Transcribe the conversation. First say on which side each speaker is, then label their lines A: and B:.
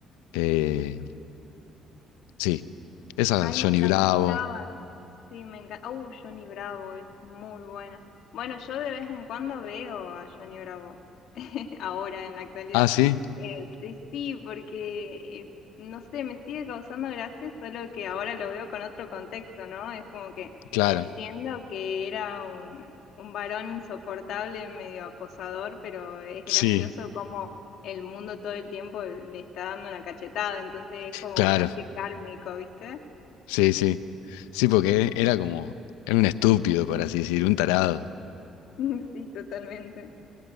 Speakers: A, on the left; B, on the left.
A: eh, sí, esa
B: Ay,
A: Johnny
B: me encantaba.
A: Bravo.
B: Sí, me encanta. Uh, Johnny Bravo es muy bueno. Bueno, yo de vez en cuando veo a Johnny Bravo, <laughs> ahora en la actualidad.
A: Ah, sí,
B: Eh, y sí, porque eh, no sé, me sigue causando gracia, solo que ahora lo veo con otro contexto, ¿no? Es como que
A: claro.
B: entiendo que era un, un varón insoportable, medio acosador, pero es gracioso
A: Sí,
B: como el mundo todo el tiempo le está dando una cachetada, entonces es como
A: claro.
B: casi kármico, ¿viste?
A: Sí, sí. Sí, porque era como, era un estúpido, por así decir, un tarado.
B: <laughs> Sí, totalmente.